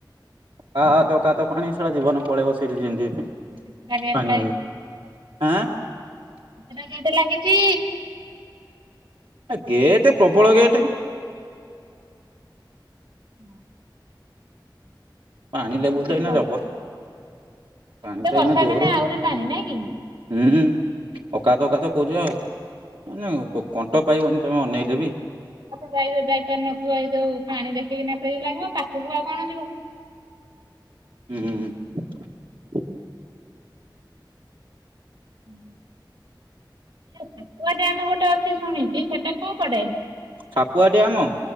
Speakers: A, on the right (about 85°); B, on the right (about 70°).
A: କାତ ଅକାତ ପାଣି। ଛା ଜୀବନ ପଳେଇବ ସେଇଠି ଯେମିତି।
B: କେଟ
A: ପାଣି
B: କି <unintelligible>
A: ଆଁ।
B: କେତଟା ଗେଟ ଲାଗିଛି?
A: ଏ ଗେଟେ ପ୍ରବଳ ଗେଟ୍।
B: ମା
A: ପାଣି ଲେବୁଲ ତ ଏଇନା
B: ବହୁ
A: ଜବର। ପାଣି
B: ଏବେ
A: ତ
B: ବର୍ଷା
A: ଏଇନା ଜୋରେ
B: ଦିନେ ଆହୁରି ପାଣି ନାଇଁ କି?
A: ହୁଁ। ଅକାତ କାତ କହୁଛି ବା ମାନେ ପୋ-କଣ୍ଟ ପାଇବନି। ତମେ ଅନେଇଲେ ବି
B: ଗାଇ ଯାଇପାରୁ ନଥିବ ଏ। ଯୋଉ <unintelligible> ପାଣି ଦେଖିକିନା ତ ଇଏ ଲାଗିବ ପାଖକୁ ଆଉ କଣ ଯିବ?
A: ଉ ହୁଁ ହୁଁ।
B: ହୁଁ। ସାପୁଆ ଡ୍ୟାମ ଗୋଟେ ଅଛି ଶୁଣିିଛି ସେଟା କୋଉ କଡେ?
A: ସାପୁଆ ଡ୍ୟାମ?